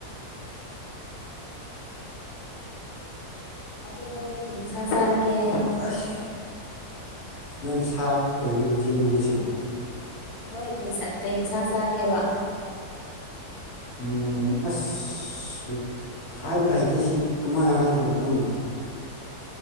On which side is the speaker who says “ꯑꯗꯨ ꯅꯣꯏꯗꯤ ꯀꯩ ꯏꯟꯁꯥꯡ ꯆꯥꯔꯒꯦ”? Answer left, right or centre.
Left